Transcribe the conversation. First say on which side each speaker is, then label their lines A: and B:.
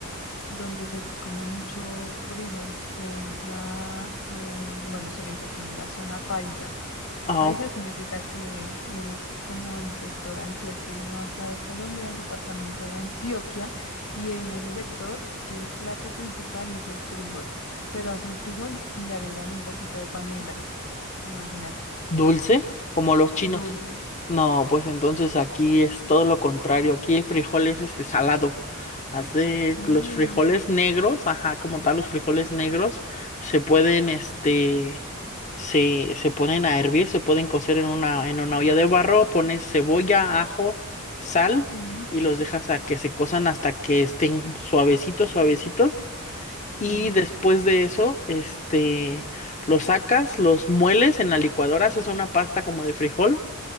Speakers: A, on the left; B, on the left.
A: donde se come mucho frijol, que es la, el- bueno, se le dice como la zona paisa.
B: ah,
A: Paisa significa que eres como el sector antioqueño acá de Colombia, el departamento de Antioquia, y en ese sector el plato principal es el frijol, pero hacen frijol y le agregan un poquito de panela, imagínate,
B: dulce, como los chinos.
A: dulce.
B: No, pues entonces aquí es todo lo contrario. Aquí el frijol es este salado. Hace
A: Oh,
B: los frijoles negros, ajá, como tal, los frijoles negros se pueden, este, se, se ponen a hervir, se pueden cocer en una, en una olla de barro, pones cebolla, ajo, sal
A: sí,
B: y los dejas a que se cosan hasta que estén suavecitos, suavecitos. Y
A: sí,
B: después de eso, este, los sacas, los mueles en la licuadora, haces una pasta como de frijol